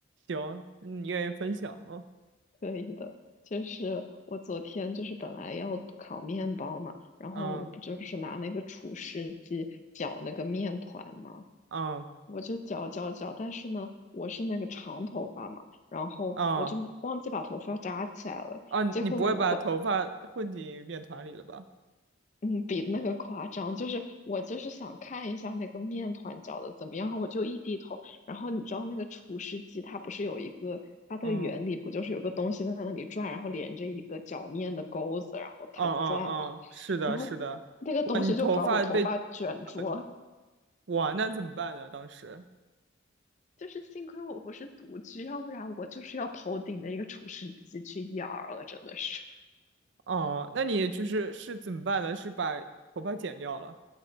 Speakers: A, on the right; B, on the left.
A: 行，你愿意分享吗？
B: 可以的。就是我昨天就是本来要烤面包嘛，然后我不就是拿那个厨师机搅那个面团嘛，
A: 嗯嗯
B: 我就搅搅搅，但是呢，我是那个长头发嘛，然后我就忘记把头发扎起来了，
A: 嗯啊，
B: 结果我我
A: 你不会把头发混进面团里了吧？
B: 嗯，比那个夸张，就是我就是想看一下那个面团搅的怎么样，我就一低头，然后你知道那个厨师机它不是有一个它的原理不就是有个东西在那里转，
A: 嗯
B: 然后连着一个搅面的钩子，然后它就转嘛，
A: 嗯嗯嗯，是的，
B: 然后那个东西就把我头发卷住了，
A: 是的。哇，你头发被呃哇，那怎么办呢？当时，
B: <laughs> 就是幸亏我不是独居，要不然我就是要头顶的一个厨师机去养儿了，真的是。
A: 哦，那你就是是怎么办呢？是把头发剪掉了，